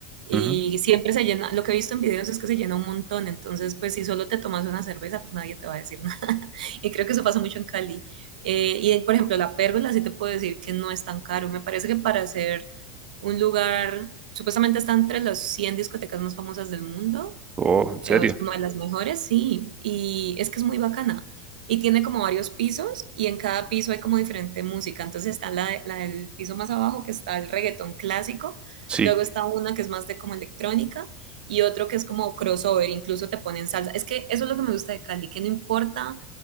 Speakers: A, on the right (about 80°); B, on the right (about 25°).
A: Y
B: Ujú.
A: siempre se llena, lo que he visto en videos es que se llena un montón, entonces pues si solo te tomas una cerveza, pues nadie te va a decir <laughs> nada. Y creo que eso pasa mucho en Cali. Eh, y por ejemplo, la pérgola sí te puedo decir que no es tan caro. Me parece que para hacer un lugar, supuestamente está entre las 100 discotecas más famosas del mundo
B: Oh, ¿en serio?
A: eh, Es como de las mejores, sí. Y es que es muy bacana. Y tiene como varios pisos y en cada piso hay como diferente música. Entonces está la, de- la del piso más abajo que está el reggaetón clásico.
B: Sí,
A: Luego está una que es más de como electrónica y otro que es como crossover. Incluso te ponen salsa. Es que eso es lo que me gusta de Cali, que no importa